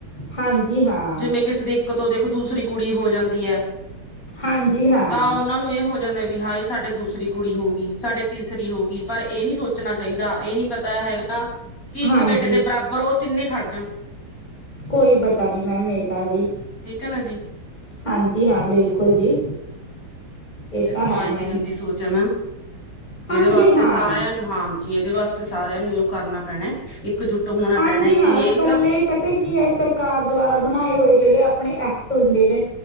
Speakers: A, on the left; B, on the left.
A: ਹਾਂਜੀ ਹਾਂ,
B: ਜਿਵੇਂ ਕਿਸੇ ਦੇ ਕਤੋਂ ਦੇਖ ਦੂਸਰੀ ਕੁੜੀ ਹੋ ਜਾਂਦੀ ਹੈ।
A: ਹਾਂਜੀ ਹਾਂ,
B: ਤਾਂ ਉਨਾਂ ਨੂੰ ਐ ਹੋ ਜਾਂਦਾ ਵੀ ਹਾਏ ਸਾਡੇ ਦੂਸਰੀ ਕੁੜੀ ਹੋਊਗੀ ਸਾਡੇ ਤੀਸਰੀ ਹੋ ਗਈ ਪਰ ਏ ਨੀ ਸੋਚਣਾ ਚਾਈਦਾ ਏ ਨੀ ਪਤਾ ਹੈਗਾ ਕਿ ਇੱਕ
A: ਹਾਂਜੀ
B: ਬੇਟੇ ਦੇ ਬਰਾ ਬਰ ਓ ਤਿੰਨੇ ਖੜ ਜਾਣ
A: ਕੋਈ ਪਤਾ ਨੀ ਮੈਮ ਏਤਾ ਜੀ।
B: ਠੀਕ ਹੈ ਨਾ ਜੀ
A: ਹਾਂਜੀ ਹਾਂ ਬਿਲਕੁਲ ਜੀ। ਇਹ
B: ਏ
A: ਤਾਂ
B: ਸਮਾਜ
A: ਹੈ ਮੈਮ
B: ਦੀ ਗੰਦੀ ਸੋਚ ਐ ਮੈਮ
A: ਹਾਂਜੀ
B: ਏਦੇ ਵਾਸਤੇ
A: ਹਾਂ
B: ਸਾਰਿਆਂ ਨੂੰ ਹਾਂ ਜੀ ਏਦੇ ਵਾਸਤੇ ਸਾਰਿਆਂ ਨੂੰ ਇਓ ਕਰਨਾ ਪੈਣਾ ਇਕਜੁੱਟ ਹੋਣਾ
A: ਹਾਂਜੀ
B: ਪੈਣਾ
A: ਹਾਂ
B: ਕਿ ਏ
A: ਕੱਲੇ
B: ਤਾਂ
A: ਪਤਾ ਕੀ ਐ ਸਰਕਾਰ ਦੁਆਰਾ ਬਣਾਏ ਹੋਏ ਜੇੜੇ ਅਪਣੇ ਐਕਟ ਹੁੰਦੇ ਨੇ